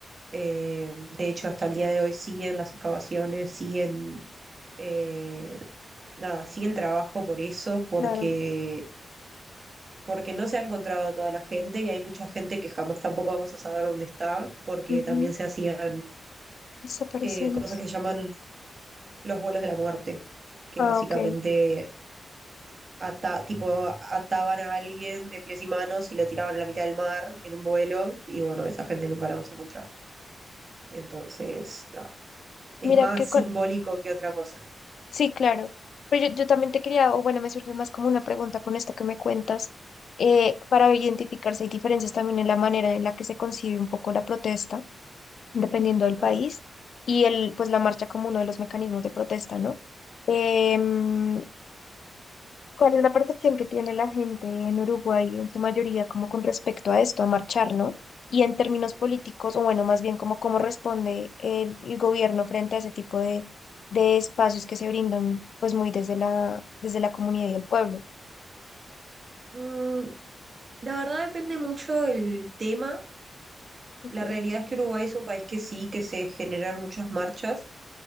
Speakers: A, on the right (about 35°); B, on the left (about 65°).
A: Eh, de hecho, hasta el día de hoy siguen las excavaciones, siguen, eh, nada, sigue el trabajo por eso, porque,
B: claro.
A: porque no se ha encontrado toda la gente y hay mucha gente que jamás tampoco vamos a saber dónde está, porque
B: ujú,
A: también se hacían
B: Desaparecemos.
A: eh, cosas que se llaman los vuelos de la muerte, que
B: Ah,
A: básicamente
B: ok.
A: ata- tipo, ataban a alguien de pies y manos y lo tiraban a la mitad del mar en un vuelo, y bueno, esa gente nunca la vamos a encontrar. Entonces, nada, es
B: Mira
A: más
B: que
A: simbólico
B: con...
A: que otra cosa.
B: Sí, claro. Pero yo, yo también te quería, o bueno, me surge más como una pregunta con esto que me cuentas. Eh, para identificarse, hay diferencias también en la manera en la que se concibe un poco la protesta, dependiendo del
A: Ajá.
B: país, y el, pues la marcha como uno de los mecanismos de protesta, ¿no? Em, ¿Cuál es la percepción que tiene la gente en Uruguay, en su mayoría, como con respecto a esto, a marchar, ¿no? Y en términos políticos, o bueno, más bien como cómo responde el, el gobierno frente a ese tipo de, de espacios que se brindan, pues muy desde la, desde la comunidad y el pueblo.
A: Mm, la verdad depende mucho el tema.
B: Ok,
A: La realidad es que Uruguay es un país que sí, que se generan muchas marchas,